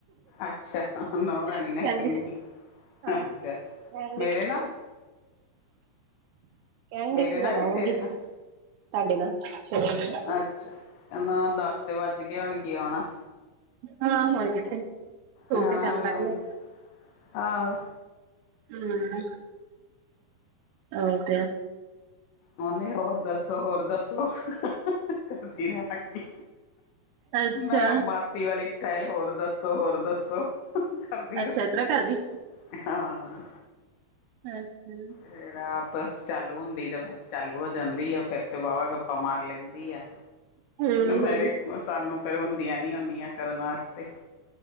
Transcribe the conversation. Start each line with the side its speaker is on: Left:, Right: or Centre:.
Left: ਅੱਛਾ, ਨੂੰਹ ਰਾਣੀ
Right: ਕਹਿੰਦੀ
Left: ਨੇ ਕਰਨੀ
Right: ਸੀ ਹਾਂ
Left: ਅੱਛਾ
Right: ਕਹਿਣ ਡਈ
Left: ਮੇਰੇ
Right: ਸੀ
Left: ਨਾਲ,
Right: ਕਹਿਣ
Left: ਮੇਰੇ
Right: ਡੀ <unintelligible>
Left: ਨਾਲ ਕਿ ਤੇਰੇ ਨਾਲ
Right: ਤੁਹਾਡੇ ਨਾਲ ਸ
Left: ਅੱਛਾ, ਕੇਦਾ ਦੱਸ ਤੇ ਵੱਜ ਗੇ ਹੋਣ ਗੇ ਹੁਣ
Right: ਹਾਂ, ਹੁਣ ਕਿੱਥੇ ਸੋ
Left: ਹਾਂ,
Right: ਕੇ ਟਾਈਮ ਕੱਢ ਲਿਆ
Left: ਆਹੋ।
Right: ਹੂੰ ਔਰ
Left: ਉਹਨੇ ਹੋਰ ਦੱਸੋ ਹੋਰ ਦੱਸੋ ਕਰਦੀ ਰਹਿਣਾ।
Right: ਅੱਛਾ
Left: ਮੈਂ ਓ ਮਾਸੀ ਵਾਲੀ ਸਟਾਈਲ ਹੋਰ ਦੱਸੋ ਹੋਰ ਦੱਸੋ। ਕਰਦੀ
Right: ਅੱਛਾ
Left: ਰਖੀ,
Right: ਇਸ ਤਰ੍ਹਾਂ ਕਰਦੀ
Left: ਹਾਂ
Right: ਅੱਛਾ
Left: ਫਿਰ ਆਪ ਚਾਲੂ ਹੁੰਦੀ ਤੇ ਫਿਰ ਚਾਲੂ ਹੋ ਜਾਂਦੀ ਆ, ਫੇਰ ਤੇ ਵਾਹਵਾ ਗੱਪਾਂ ਮਾਰ ਲੈਂਦੀ ਆ।
Right: <unintelligible>
Left: ਮੇਰੇ
Right: ਹੂੰ
Left: ਸਾਨੂੰ ਫੇਰ ਹੁੰਦੀਆਂ ਨੀ ਹੁੰਦੀਆਂ ਕਰਨ ਵਾਸਤੇ,